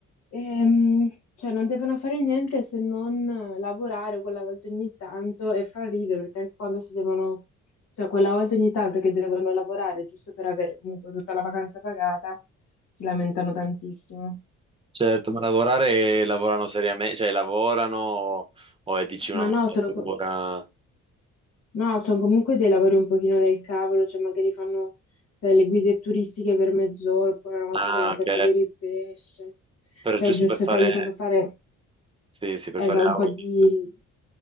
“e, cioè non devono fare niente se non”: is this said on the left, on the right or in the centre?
Left